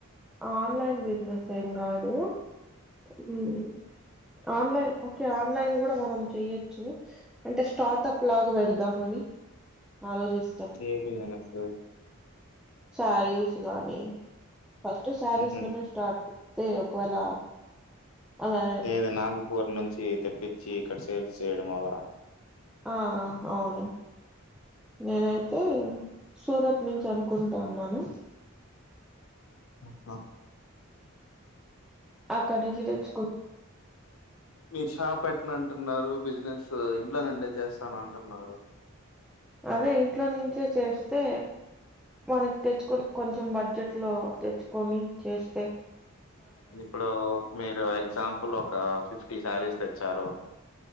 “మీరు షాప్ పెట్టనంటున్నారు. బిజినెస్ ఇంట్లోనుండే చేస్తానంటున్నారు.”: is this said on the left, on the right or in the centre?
Left